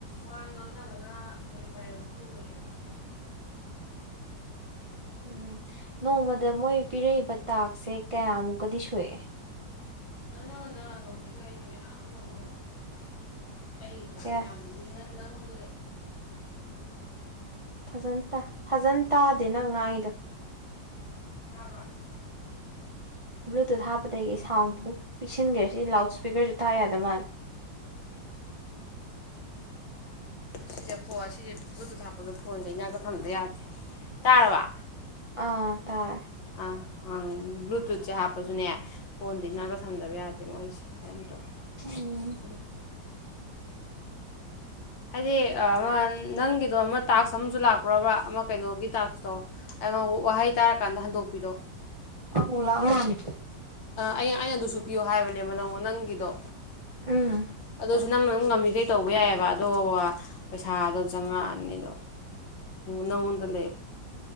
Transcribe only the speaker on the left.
ꯋꯥ ꯉꯥꯡꯅꯕꯅ ꯑꯦꯟꯅ ꯄ꯭ꯔꯥꯏꯌꯣꯔꯤꯇꯤ ꯑꯣꯏꯌꯦꯕ
<inaudible> <unintelligible>
ꯇꯥꯕꯔꯣ
ꯁꯤꯁꯦ <inaudible> ꯁꯤꯁ ꯕꯂꯨ꯭ꯇꯨꯠ ꯍꯥꯞꯄꯗꯣ ꯐꯣꯟꯁꯦ ꯏꯅꯥꯛꯇ ꯊꯝꯗ ꯌꯥꯗꯦ ꯇꯥꯔꯕ
ꯑ ꯑ ꯕꯂꯨ꯭ꯇꯨꯠ ꯁꯦ ꯍꯥꯞ ꯄꯁꯨꯅꯦ ꯐꯣꯟꯗ ꯏꯅꯥꯛꯇ ꯇꯝꯗꯕ ꯌꯥꯗꯦ ꯃꯣꯏꯁꯦ ꯀꯩꯅꯣꯝ ꯇꯧꯋꯤ
ꯑꯗꯨꯅ ꯍꯥꯏꯗꯤ ꯑꯃ ꯅꯪꯒꯤꯗꯣ ꯑꯃ ꯇꯥꯛꯁ ꯑꯃꯁꯨ ꯂꯥꯛꯄ꯭ꯔꯕ꯭ꯔꯥ ꯑꯃ ꯀꯩꯅꯣꯒꯤ ꯇꯥꯛꯁꯇꯣ ꯑꯩ ꯑꯃ ꯋꯥꯍꯩ ꯇꯥꯔ ꯀꯥꯟꯗ ꯍꯟꯗꯣꯛꯄꯤꯗꯣ
ꯑꯩ ꯑꯩꯅ ꯑꯗꯨꯁꯨ ꯄꯤꯌꯣ ꯍꯥꯏꯕꯅꯦꯕ ꯅꯪ ꯅꯪꯒꯤꯗꯣ
ꯑꯗꯨꯁꯨ ꯅꯪꯅ ꯑꯗꯨꯝ ꯉꯝꯃꯤꯈꯩ ꯇꯧꯕ ꯌꯥꯏ ꯌꯦꯕ ꯑꯗꯣ ꯄꯩꯁꯥꯗꯣ ꯆꯪꯉꯥꯛ ꯑꯅꯤꯗꯣ ꯅꯪꯉꯣꯟꯗ ꯂꯩꯔꯦ